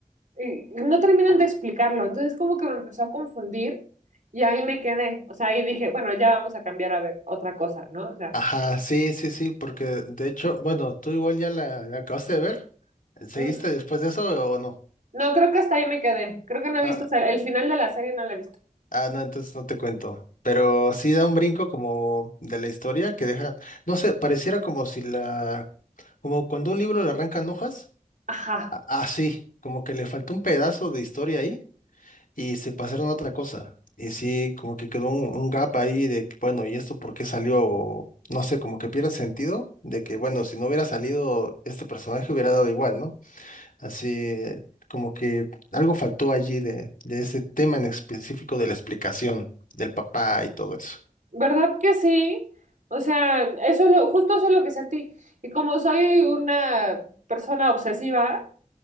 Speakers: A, on the right (about 65°); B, on the left (about 80°).
A: y no terminan de explicarlo. Entonces como que me empezó a confundir y ahí me quedé. O sea, ahí dije, bueno, ya vamos a cambiar a ver otra cosa, ¿no? O sea.
B: Ajá. Sí, sí, sí. Porque de hecho, bueno, tú igual ya la, la acabaste de ver. ¿Seguiste
A: N-
B: después de eso o no?
A: No, creo que hasta ahí me quedé. Creo que no he
B: Ah,
A: visto, o sea, el final de la serie no la he visto.
B: ah, no, entonces no te cuento. Pero sí da un brinco como de la historia que deja, no sé, pareciera como si la, como cuando un libro le arrancan hojas.
A: Ajá,
B: a- así, como que le faltó un pedazo de historia ahí y se pasaron a otra cosa. Y sí, como que quedó un, un gap ahí de, que, bueno, ¿y esto por qué salió? O, No sé, como que pierde sentido de que, bueno, si no hubiera salido este personaje hubiera dado igual, ¿no? Así, como que algo faltó allí de, de ese tema en específico de la explicación del papá y todo eso.
A: ¿verdad que sí? O sea, eso lo, justo eso es lo que sentí. Y como soy una persona obsesiva,